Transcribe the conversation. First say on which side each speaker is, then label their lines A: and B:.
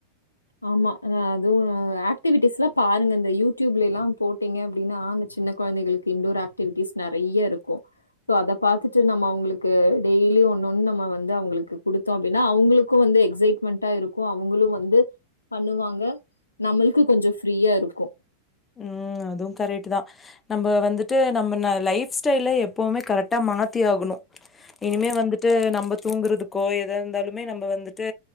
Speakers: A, on the left; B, on the left.
A: ஆமா அ அதுந ஆக்டிவிட்டிஸ்லா பாருங்க இந்த யூட்யூப்லேய்லா போட் ட்டிங்க அப்டின்னா அந்த சின்ன கொழ்ந்தைகளுக்கு இன்டோர் ஆக்டிவிட்டிஸ் நறைய இருக்கு சோ அத பாத்துட்டு நம் அவ்ங்ளுக்கு டெய்லி ஒன்னொண் நம்ம வந்து அவ்ங்ளுக்கு குடுத் த்தோ அப்டின்னா அவ்ங்ளுக்கு வந்து எக்ஸைட்மெண்ட்டா இருக்கு அவ்ங்குளு வந்து பண்ணுவாங்க நம்மள்க்கு கொஞ்சு ஃப்ரீயா இருக்கு
B: ம் அது கரெட்டு தா நம்ப வந்துட்டு நம்ம ந லைஃப் ஸ்டைல எப்போமே கரக்ட்டா மாத்தி ஆகணு இனிமே வந்துட்டு நம்ம தூங்குறதுக்கோ எதா இருந்தாலுமே நம்மங வந்துட்டு